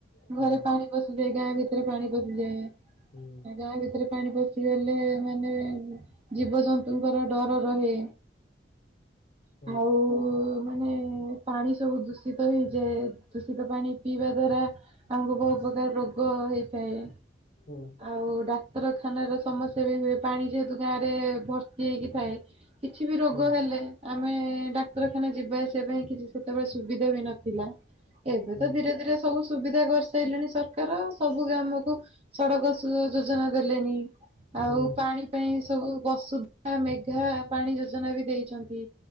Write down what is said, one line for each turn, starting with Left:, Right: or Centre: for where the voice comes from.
Left: ହୁଁ
Right: ଘରେ ପାଣି ପଶିଯାଏ ଗାଁ ଭିତରେ ପାଣି ପଶିଯାଏ
Left: ହୁଁ
Right: ଗାଁ ଭିତରେ ପାଣି ପସି ଲେ ମାନେ ଜୀବଜନ୍ତୁଙ୍କର ଡର ରହେ।
Left: ହୁଁ
Right: ଆଉ ମାନେ ପାଣି ସବୁ ଦୂଷିତ ହେଇଯାଏ। ଦୂଷିତ ପାଣି ପିଇବା ଦ୍ଵାରା ଆମୁକୁ ବହୁ ପକାର ରୋଗ ହେଇଥାଏ
Left: ହୁଁ
Right: ଆଉ ଡାକ୍ତରଖାନାର ସସ ଥିବି ହୁଏ ପାଣି ଯେହେତୁ ଗାଁରେ ଭର୍ତ୍ତି ହେଇକି ଥାଏ କିଛି ବି ରୋଗ
Left: ହୁଁ
Right: ହେଲେ ଆମେ ନେ ଡାକ୍ତରଖାନା ଯିବା ଆସିବା ପାଇଁ କିଛି ସେତେବେଳେ ସୁବିଧା ବି ନଥିଲା। ଏବେ
Left: ହୁଁ
Right: ତ ଧୀରେ ଧୀରେ ସବୁ ସୁବିଧା କରିସାରଲେଣି ସରକାର ସବୁ ଗ୍ରାମକୁ ସଡକ ସ ଯୋଜନା ଦେଲେଣିି ଆଉ
Left: ହୁଁ
Right: ପାଣି ପାଇଁ ଚେ ସବୁ ବସୁଧା ମେଘା ପାଣି ଯୋଜନା ବି ଦେଇଚନ୍ତି।